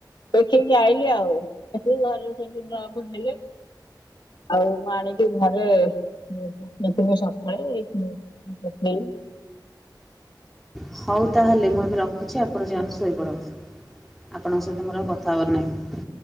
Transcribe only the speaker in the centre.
ହଉ ତାହେଲେ ମୁଁ ଏବେ ରଖ ରଖୁଛି। ଆପଣ ଯାଆନ୍ତୁ ଶୋଇପଡ଼ନ୍ତୁ। ଆପଣଙ୍କ ସହିତ ମୋର ଆଉ କଥା ହେବାର ନାହିଁ।